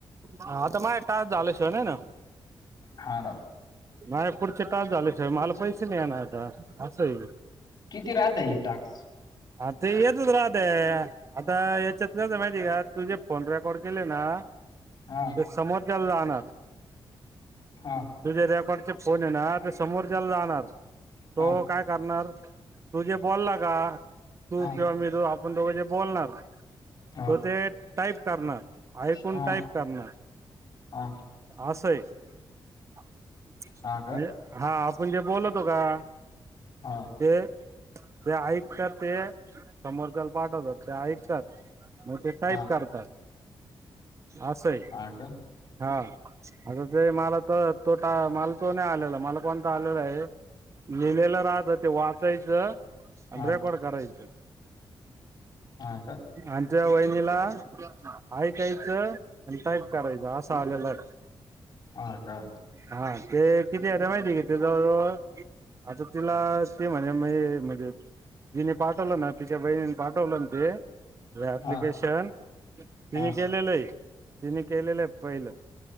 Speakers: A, on the right (about 35°); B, on the left (about 50°).
A: आता माझ टास्क झाला शिवाय नाही ना.
B: हा राव
A: नाही पुढचे टास्क झाले शिवाय मला पैसे नाही येणार आता असंही
B: किती राहत आहे टाक्स
A: आ ते येतच राहते आता याच्यात का माहिती का तुझे फोन रेकॉर्ड केले ना.
B: हा
A: ते समोरच्याला जाणार
B: हा
A: तुझे रेकॉर्डचे फोन आहे ना ते समोरच्याला जाणार तो
B: हा
A: काय करणार. तूझे बोलला का तू
B: हा
A: किंवा मी तू आपण दोघं जे बोलणार.
B: हा
A: हो ते टाईप करणार आई कण
B: हा
A: टाईप करणार
B: हा
A: अस आहे. म्हण
B: हा का
A: हा आपण जे बोलतो का?
B: ह.
A: ते ते ऐकतात ते समोरच्याला पाठवतात ते ऐकतात. मोठे टाईप
B: हा
A: करतात. अस आहे
B: हा का
A: हा आता ते मला तर तोा मला तो नाही आलेला मला कोण आलेला आहे लिहिलेलं राहत ते वाचायचं. आणि
B: हा
A: रेकॉर्ड करायच.
B: हा का
A: आमच्या वहिनीला आहे काय? आणिताय करायचं असं आलेलं आहे.
B: ह का?
A: हा ते किती आहे माहिती आहे किथ जवळजवळ आता तिला ते म्हणे म्ह म्हणजे तिने पाठवलं ना तिच्या बहिणीनी पाठवलं ना ते
B: हा
A: प्लिकेशन
B: हा.
A: केलेलं आहे तिने केलेलंय पहिलं